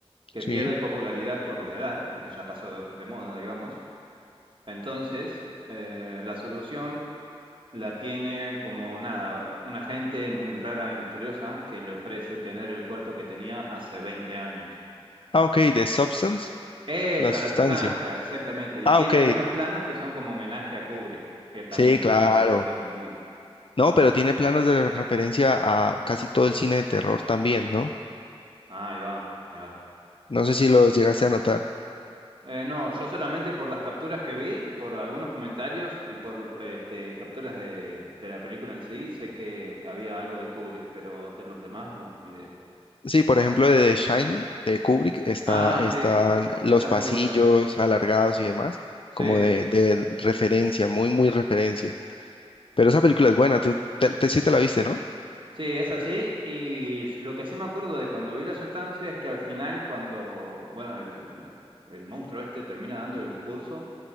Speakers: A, on the right; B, on the left.
A: que
B: Sí.
A: pierde popularidad por la edad, porque ya pasó de moda, digamos. Entonces, eh, la solución la tiene como nada, una gente muy rara y misteriosa que le ofrece tener el cuerpo que tenía hace 20 años.
B: Ah, ok, de Substance,
A: Esa,
B: la sustancia.
A: la sustancia, exactamente. Y
B: Ah,
A: tiene
B: ok,
A: algunos planos que son como homenaje a Kubrick, que también
B: sí,
A: es
B: claro.
A: otro director muy,
B: No,
A: muy
B: pero tiene
A: zarpado.
B: planos de referencia a casi todo el cine de terror también, ¿no?
A: Ahí va, ahí va.
B: No sé si los llegaste a notar.
A: Eh, no, yo solamente por las capturas que vi, por algunos comentarios y por eh, este, capturas de, de la película en sí, sé que, que había algo de Kubrick, pero de los demás no, ni idea.
B: Sí, por ejemplo, de The Shining, de Kubrick, está,
A: Ah,
B: están
A: sí,
B: los
A: esa es
B: pasillos
A: muy buena.
B: alargados y demás,
A: Sí,
B: como de, de referencia, muy, muy referencia. Pero esa película es buena, tú te, te- sí te la viste, ¿no?
A: sí, es así. Y s- lo que sí me acuerdo de cuando vi la sustancia es que al final, cuando, bueno, el, el, el monstruo este termina dando el discurso,